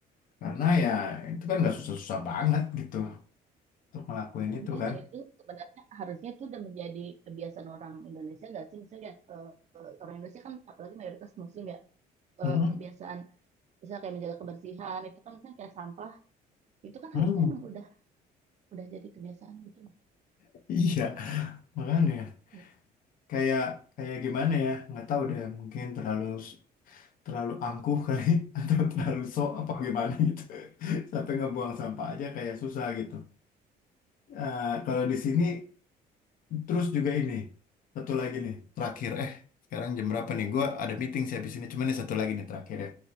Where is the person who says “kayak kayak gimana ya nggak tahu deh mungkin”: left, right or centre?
Left